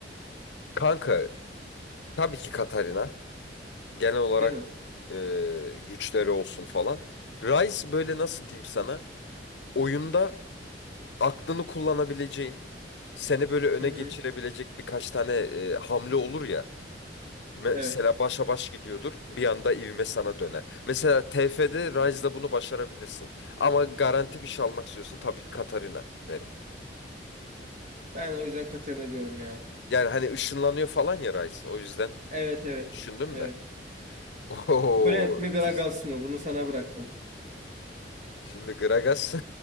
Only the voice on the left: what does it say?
Kanka tabii ki Katarina genel olarak
e, güçleri olsun falan. Rice böyle nasıl diyeyim sana oyunda aklını kullanabileceğin seni böyle öne
geçirebilecek birkaç tane e, hamle olur ya. Mesela
başa baş gidiyordur. Bir anda ivme sana döner. Mesela TF'de Rise'da bunu başarabilirsin. Ama garanti bir şey almak istiyorsun tabii ki Katarina derim.
Yani hani ışınlanıyor falan ya Rise. O yüzden
düşündüm
de. <laughs> Oho,
ikiz.
Şimdi Gragas